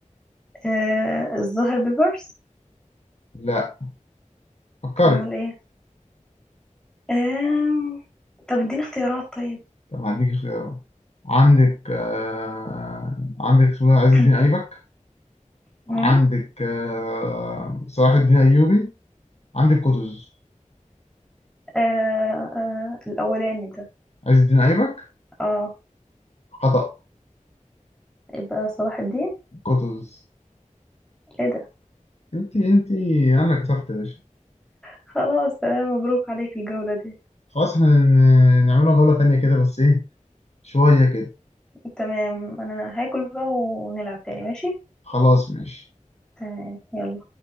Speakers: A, in the centre; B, on the left.
A: آه الزهر بيبرس
B: لا فكري
A: امال ايه آم... طب اديني اختيارات طيب
B: طب هديك اختيارات عندك آه... عندك اسمه ده عز
A: <clears throat>
B: الدين ايبك
A: مم.
B: عندك آه... صلاح الدين ايوبي عندك قطز
A: آه آه الأولاني ده
B: عز الدين ايبك
A: اه
B: خطأ
A: يبقى صلاح الدين
B: قطز
A: ايه ده
B: انت انت انا كسبت يا باشا
A: خلاص تمام مبروك عليك الجولة دي
B: خلاص احنا ن- نعملها جولة تانية كده بس ايه شوية كده
A: تمام انا هاكل بقى ونلعب تاني ماشي
B: خلاص ماشي
A: تمام يلا